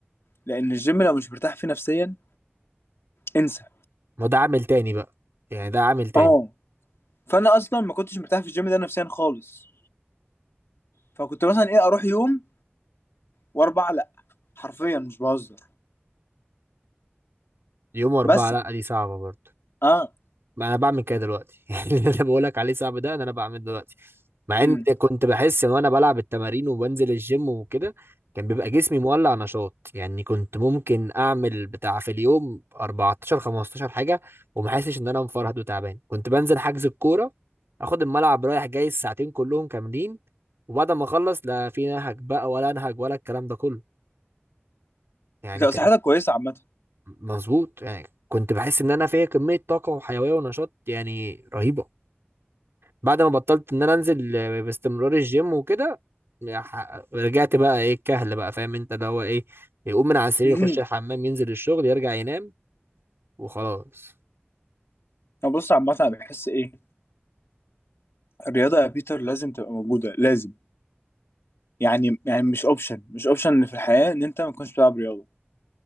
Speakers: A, on the left; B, on the right.
A: لان الجيم لو مش مرتاح فيه نفسيا انسى
B: ما ده عامل تاني بقى يعني ده عامل تاني
A: اه فانا اصلا ما كنتش مرتاح في الجيم ده نفسيا خالص فكنت مثلا ايه اروح يوم واربعه لا حرفيا مش بهزر
B: يوم اربعة
A: بس
B: لا دي صعبة برضه
A: اه
B: ما انا بعمل كده دلوقتي <laughs> يعني اللي انا بقولك عليه صعب ده انا أنا بعمله دلوقتي مع
A: امم
B: ان كنت بحس ان وانا بلعب التمارين وبنزل الجيم وكده كان بيبقى جسمي مولع نشاط يعني كنت ممكن اعمل بتاع في اليوم 14 15 حاجه وما حاسش ان انا مفرهد وتعبان كنت بنزل حجز الكوره اخد الملعب رايح جاي الساعتين كلهم كاملين وبعد ما اخلص لا في نهج بقى ولا انهج ولا الكلام ده كله يعني
A: لو
B: كان
A: صحتك كويسه عامه
B: مظبوط يعني كنت بحس ان انا فيا كميه طاقه وحيويه ونشاط يعني رهيبه بعد ما بطلت ان انا انزل آه، باستمرار الجيم وكده ح- رجعت بقى ايه الكهل بقى فاهم انت اللي هو ايه يقوم من على السرير
A: <laughs>
B: يخش الحمام ينزل الشغل يرجع ينام وخلاص
A: طب بص عامه انا بحس ايه الرياضه يا بيتر لازم تبقى موجوده لازم يعني يعني مش اوبشن مش اوبشن في الحياه ان انت ما تكونش بتلعب رياضه